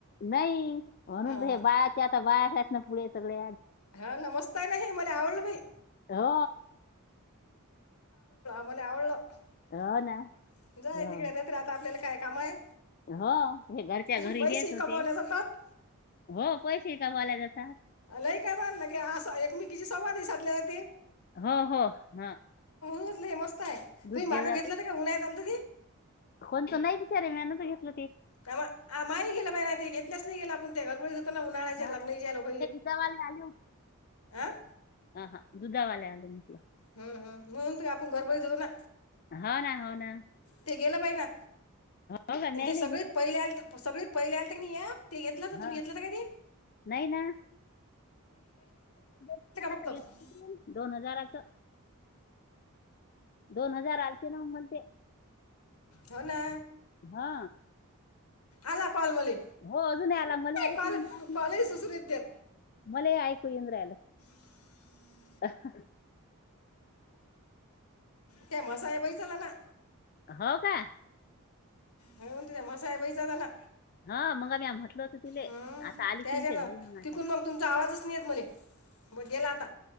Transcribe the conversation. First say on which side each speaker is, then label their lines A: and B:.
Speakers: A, on the left (about 45°); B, on the left (about 75°).
A: नाही म्हणून
B: हां
A: हे बायाचे आता बाहेच ना पुढे सगळे
B: हा नमस्तय ना मला आवडलं भाई
A: हो
B: मला आवडलं
A: हो ना
B: जाय
A: हो
B: तिकडे नाहीत्र आता आपल्याला काय काम आहे
A: हो ते घरच्या घरी
B: पैसे
A: हेच
B: कमावले
A: होते
B: जातात
A: हो पैसे कमाला जात
B: नाही काय बललं की अस एकमेकीची संवादी साधले जात ते
A: हो हो हा
B: म्हटलं हे मस्त आहे तुम्ही
A: दूध
B: मागं
A: घे जाते
B: घेतलं का गन्हा आली.
A: कोणतं नाही बिचारे मी अनच घेतलं ते.
B: काय माही गेलं बाहि ना ते घेतल्याच नाही गेलं आपण त्या घरबडी. उन्हाळा्याच्या
A: हो
B: लग्न
A: ना
B: लोक
A: ते दुधावाले आले होते.
B: अं.
A: हा, हा. दुधावाले आले होते
B: हम् हम्म होत का आपण गरब यित होतो ना.
A: हो ना हो ना
B: ते गेलं पाहि ना
A: हो का मी
B: ते
A: नाही
B: सगळी
A: घेतलं
B: पहिले सगळी पहिले आ. या ते घेतलं तुम्ही
A: हो
B: घेतलं कधी.
A: नाही ना दोन हार
B: फक्त
A: घेत दोन हजाराचं. दोन हजार अठचे नऊ म.
B: होना.
A: हा.
B: आला कॉलमली
A: हो अजून आला मला ऐकू
B: कॉल
A: येईन ना.
B: कॉलही सुसरत देत.
A: मला ऐकयंद्रला.
B: <unintelligible>
A: हा.
B: ते मसा आहे पैचला ना.
A: हो का.
B: होऊन त्या म साहे बैचाात झाला.
A: हा मंग आमी म्हटल होत तिले
B: हं,
A: आता आली
B: त्याच्यानं
A: चिनते घरी म्हनाच्या.
B: तिकून मग तुमचा आवाजच नाही येत मले मग गेला आता